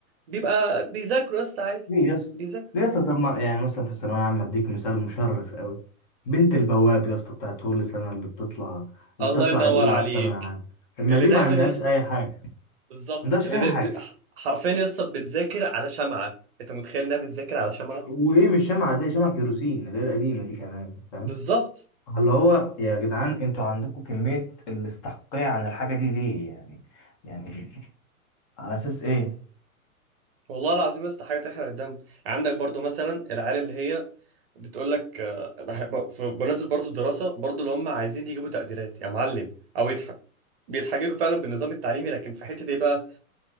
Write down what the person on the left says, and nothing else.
ليه يا اسطى
ليه يا اسطى طب ما يعني مثلا في الثانوية عامة اديك مثال مشرف قوي بنت البواب يا اسطى بتاعت كل سنة اللي بتطلع اللي
بتطلع
الأولى
على الثانوية العامة لما
دي
ما عندهاش
أي حاجة ما
عندهاش
أي
حاجة
وإيه مش شمعة دي شمعة كيروسين اللي هي القديمة دي كمان فاهم
اللي هو يا جدعان انتوا عندكم كمية الاستحقاقية عن الحاجة دي ليه يعني يعني على أساس إيه